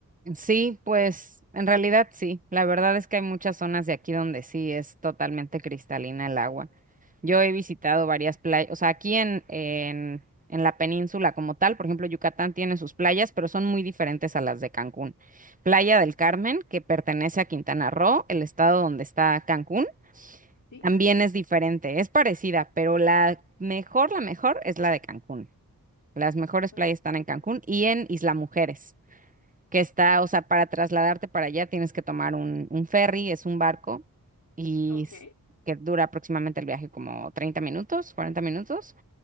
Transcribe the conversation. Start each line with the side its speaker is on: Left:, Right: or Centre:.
Right: Sí, pues en realidad sí. La verdad es que hay muchas zonas de aquí donde sí es totalmente cristalina el agua. Yo he visitado varias playas, o sea, aquí en, en, en la península como tal, por ejemplo, Yucatán tiene sus playas, pero son muy diferentes a las de Cancún. Playa del Carmen, que pertenece a Quintana Roo, el estado donde está Cancún,
Left: ¿sí?
Right: también es diferente, es parecida, pero la mejor, la mejor es la de Cancún. Las mejores
Left: Ah,
Right: playas están en Cancún y en Isla Mujeres que está, o sea, para trasladarte para allá tienes que tomar un, un ferry, es un barco, y
Left: Ok.
Right: s- que dura aproximadamente el viaje como 30 minutos, 40 minutos.